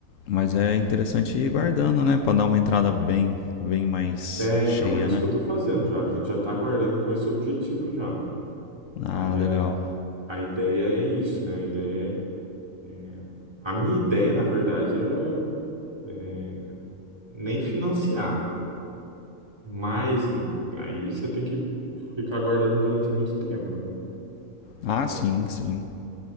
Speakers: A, on the left (about 75°); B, on the right (about 20°).
A: Mas é interessante ir guardando, né? Pra dar uma entrada bem, bem mais
B: É,
A: cheia,
B: então, é isso
A: né?
B: que eu tô fazendo já. A gente já tá aguardando com esse objetivo já.
A: Ah,
B: Aí a,
A: legal.
B: a ideia é isso, né? A ideia é É, A minha ideia, na verdade, era é, nem financiar, mas aí você tem que ficar guardando durante muito tempo, né?
A: Ah,
B: Então,
A: sim, sim.